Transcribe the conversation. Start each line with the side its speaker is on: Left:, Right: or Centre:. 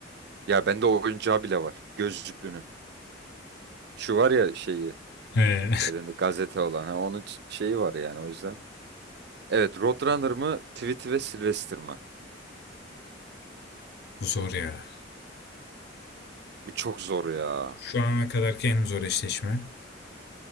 Right: Ya bende o oyuncağı bile var, gözlüklünün. Şu var ya şeyi,
Left: Ee,
Right: elinde gazete olan, ha, onun ç- şeyi var yani o yüzden. Evet, Roadrunner mı, Tweety ve Sylvester mı?
Left: <laughs> bu zor ya.
Right: Bu çok zor ya.
Left: Şu ana kadarki en zor eşleşme.